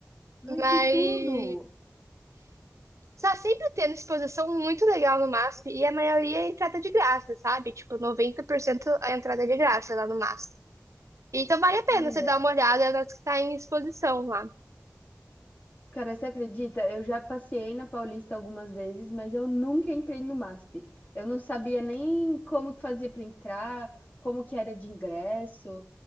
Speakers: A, on the left (about 35°); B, on the right (about 85°).
A: Ai,
B: Mas
A: que tudo!
B: tá sempre tendo exposição muito legal no MASP, e a maioria é entrada de graça, sabe? Tipo, 90% a entrada é de graça lá no MASP. Então vale a pena
A: Olha.
B: você dar uma olhada nas que tá em exposição lá.
A: Cara, você acredita? Eu já passei na Paulista algumas vezes, mas eu nunca entrei no MASP. Eu não sabia nem como que fazia para entrar, como que era de ingresso.